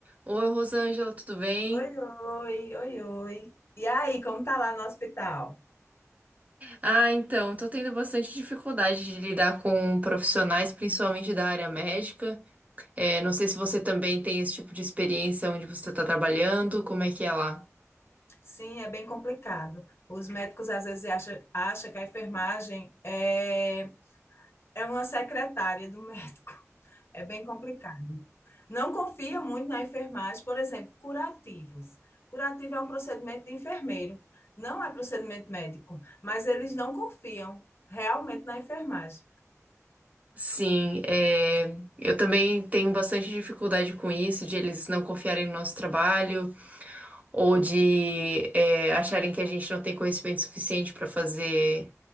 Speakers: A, on the right; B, on the left.
A: Oi, Rosângela, tudo bem?
B: Oi, oi, oi, oi. E aí, como tá lá no hospital?
A: Ah, então, tô tendo bastante dificuldade de lidar com profissionais, principalmente da área médica. É, não sei se você também tem esse tipo de experiência onde você está trabalhando, como é que é lá?
B: Sim, é bem complicado. Os médicos às vezes acham, acham que a enfermagem é, é uma secretária do médico. <laughs> É bem complicado. Não confia muito na enfermagem, por exemplo, curativos. Curativo é um procedimento de enfermeiro, não é procedimento médico, mas eles não confiam realmente na enfermagem.
A: Sim, é, eu também tenho bastante dificuldade com isso, de eles não confiarem no nosso trabalho ou de é, acharem que a gente não tem conhecimento suficiente para fazer